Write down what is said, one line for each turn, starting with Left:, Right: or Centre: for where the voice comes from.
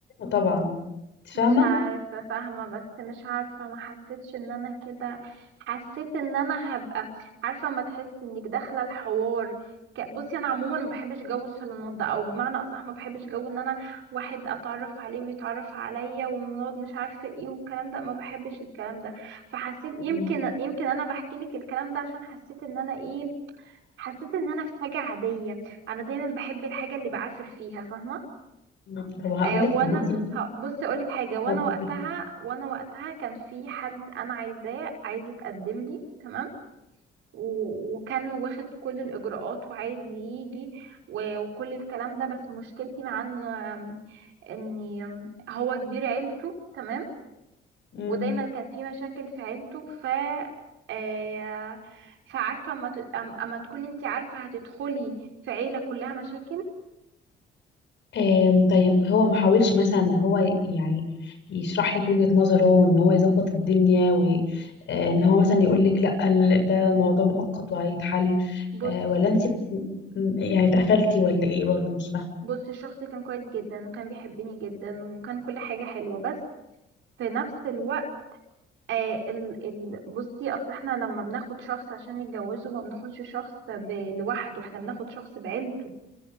Left: طبعا انت
Right: مش
Left: فاهمه
Right: عارفة فاهمة بس مش عارفة ما حسيتش ان انا كده حسيت ان انا هبقى عارفة ما تحس انك داخلة الحوار ك- بصي انا عموما ما بحبش جو الشالونات ده او بمعنى اصح ما بحبش جو ان انا واحد اتعرف عليه ويتعرف عليا ونقعد مش عارفة ايه والكلام ده ما بحبش الكلام ده فحسيت يمكن
Left: مم.
Right: يمكن انا بحكي لك الكلام ده عشان حسيت ان انا ايه حسيت ان انا في حاجة عادية انا دايما بحب الحاجة اللي بعافر فيها فاهمة
Left: مم. طب هقول
Right: آه
Left: لك
Right: وانا
Left: طب ما انت مثلا
Right: ه- بصي اقول لك حاجه وانا
Left: طب
Right: وقتها
Left: قولي.
Right: وانا وقتها كان في حد انا عايزاه عايز يتقدم لي تمام و- وكان واخد كل الاجراءات وعايز يجي و- وكل الكلام ده بس مشكلتي مع ان آم، ان آم، هو كبير عيلته تمام
Left: مم.
Right: ودايما كان في مشاكل في عيلته ف آه، فعارفه اما ت- أم- أما تكوني انت عارفه هتدخلي في عيله كلها مشاكل
Left: آم، طيب هو ما حاولش مثلا ان هو ي- يعني يشرح لك وجهة نظره ان هو يظبط الدنيا وان هو مثلا يقول لك لا ال- ده موضوع مؤقت وهيتحل
Right: بص
Left: آه، ولا انت م- م- يعني اتقفلتي ولا ايه برضو مش فاهمه
Right: بص الشخص كان كويس جدا وكان بيحبني جدا وكان كل حاجة حلوة بس في نفس الوقت آه ال ال بصي اصل احنا لما بناخد شخص عشان نتجوزه ما بناخدش شخص ب- لوحده احنا بناخد شخص بعيلته